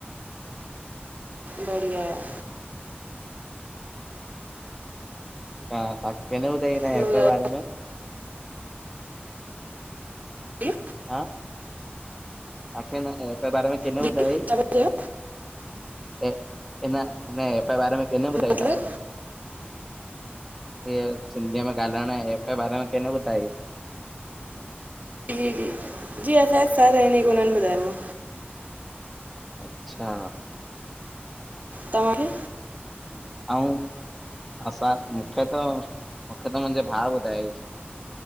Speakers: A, on the right; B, in the centre.
A: बढिया आहे।
B: हा, तां खे न ॿुधाईयई हिन
A: ॿियो
B: ऐप
A: ॿुधायो
B: बारे में?
A: जी
B: हा तांखे हिन ऐप जे बारे में केन ॿुधायई?
A: जी छा पिया चयो
B: हिन ऐप जे बारे में किन ॿुधायईं
A: मतिलबु
B: ताखे? हिअ सिंधीअ में ॻाल्हाइण ऐं हिन ऐप जे बारे में किन ॿुधायई?
A: जी जी जी असांजा सर आहिन हिक हुनन ॿधायो हो।
B: अचछा।
A: तव्हांखे?
B: आऊं असां मूंखे त मूंखे त मुंहिंजे भाउ ॿुधाय ईं।